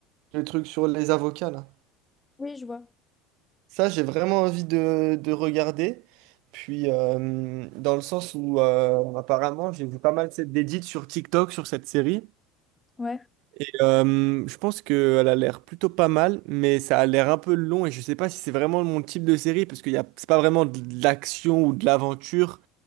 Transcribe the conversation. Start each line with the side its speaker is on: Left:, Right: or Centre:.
Right: Le truc sur les avocats, là.
Left: Oui, je vois.
Right: Ça, j'ai vraiment envie de, de regarder. Puis, euh, dans le sens où, euh, apparemment, j'ai vu pas mal cette d'édits sur TikTok, sur cette série.
Left: Ouais.
Right: Et euh, je pense qu'elle a l'air plutôt pas mal, mais ça a l'air un peu long. Et je sais pas si c'est vraiment mon type de série, parce que y a, c'est pas vraiment de l'action ou de l'aventure.